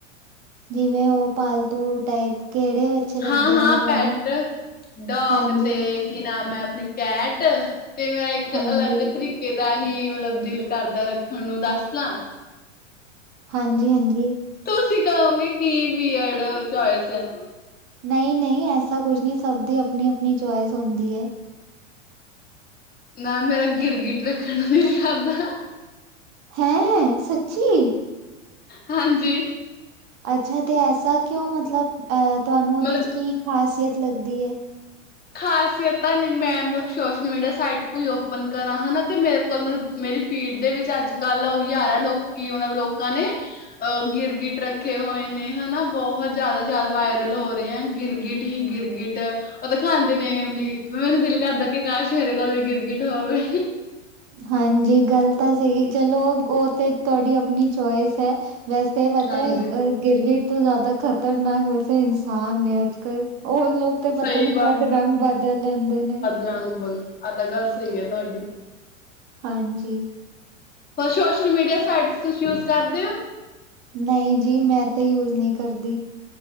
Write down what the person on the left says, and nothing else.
ਹਾਂ
ਹਾਂ
ਪੈਟ ਡੋਗ
ਤੇ ਕੀ ਨਾਮ ਮੈਂ ਆਪਣੀ ਕੈਟ ਤੇ ਮੇਰਾ ਇੱਕ
ਅਲੱਗ ਤਰੀਕ ਕੇ ਦਾ ਹੀ ਮਤਲਬ ਦਿਲ ਕਰਦਾ ਰੱਖਣ ਨੂੰ ਦੱਸਦਾਂ
ਤੁਸੀਂ ਕਹੋਂਗੇ ਕੀ ਬੀਅਰਡ ਚੋਆਇਸ ਹੈ
ਨਾ ਮੇਰਾ ਗਿਰਗਿੱਟ ਰੱਖਣਾ ਕਦ ਦਾ
ਹਾਂਜੀ
ਮਤਲਬ
ਖ਼ਾਸੀਅਤ ਤਾਂ ਜੀ ਮੈਂ ਮਤਲਬ ਸੋਸ਼ਲ ਮੀਡੀਆ ਸਾਈਟ ਕੋਈ ਓਪਨ ਕਰਾਂ ਹਨਾ ਤੇ ਮੇਰੇ ਕੋਲ ਮਤਲਬ ਮੇਰੀ ਫੀਡ ਦੇ ਵਿੱਚ ਅੱਜ ਕੱਲ ਉਹੀ ਆ ਰਿਹਾ ਲੋਕੀ ਮਤਲਬ ਲੋਕਾਂ ਨੇ ਅਹ ਗਿਰਗਿੱਟ ਰੱਖੇ ਹੋਏ ਨੇ ਹਨਾ ਬਹੁਤ ਜ਼ਿਆਦਾ ਜਿਆਦਾ ਵਾਇਰਲ ਹੋ ਰਹੇ ਆ ਗਿਰਗਿੱਟ ਹੀ ਗਿਰਗਿੱਟ ਉਹਦਾ ਖਾਂਦੇ ਨੇ
ਵੀ ਮੈਨੂੰ ਦਿਲ ਕਰਦਾ ਕਿ ਕਾਸ਼ ਮੇਰੇ ਕੋਲ ਵੀ ਗਿਰਗਿੱਟ ਹੋਵੇ
ਹਾਂਜੀ
ਸਹੀ
ਗਾਮ ਬਲ <unintelligible> ਆ ਤਾਂ ਗੱਲ ਸਹੀ ਹੈ ਤੁਹਾਡੀ
ਹੋਰ ਸੋਸ਼ਲ ਮੀਡੀਆ ਸਾਈਟ ਤੁਸੀਂ ਯੂਜ਼ ਕਰਦੇ ਹੋ